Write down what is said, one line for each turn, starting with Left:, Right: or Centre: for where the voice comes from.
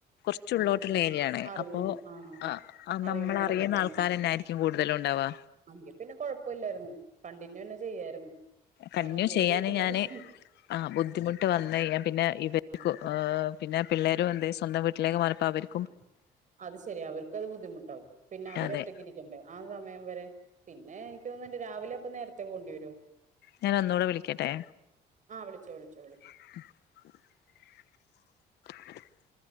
Left: ച്ച് ഉള്ളോട്ട്ല്ലെ
Right: ആഹ് ആഹ് ആഹ്
Left: ഏരിയാണ്.
Right: അറിയും
Left: അപ്പൊ
Right: ആഹ്
Left: അ
Right: അറിയുന്നവരൊക്കെ
Left: നമ്മള് അറിയുന്ന
Right: തന്നെ
Left: ആൾക്കാരെന്നെ ആയിരിക്കും കൂടുതലു ഉണ്ടാവാ.
Right: എങ്കി പിന്നെ കൊഴപ്പം ഇല്ലായിരുന്നു കണ്ടിന്യൂ തന്നെ ചെയ്യായിരുന്നു.
Left: കണ്ടിന്യൂ
Right: കാരണം ജോലിയൊക്കെ
Left: ചെയ്യാന്
Right: മനുഷ്യൻ
Left: ഞാന് ആഹ് ബുദ്ധിമുട്ട് വന്നഴിഞ്ഞാ പിന്നെ ഇവർക്കു
Right: ആഹ്
Left: ഏ ഹ് പിന്നെ പിള്ളേരു എന്തേ സ്വന്തം വീട്ടിലേക്ക് മാറിയപ്പം അവര്
Right: ആഹ് അത് ശരിയാ അവർക്കത് ബുദ്ധിമുട്ടാവും പിന്നെ അവര്
Left: അതെ
Right: ഒറ്റക്കിരിക്കണ്ടേ ആ സമയം വരെ. പിന്നെ എനിക്ക് തോന്നുന്നുണ്ട് രാവിലെ അപ്പം നേരത്തെ പോണ്ടി വര്വോ?
Left: ഞാൻ ഒന്നൂടെ വിളിക്കട്ടെ.
Right: ആഹ് വിളിച്ചോ വിളിച്ചോ വിളിച്ചോ.
Left: <inaudible> <inaudible>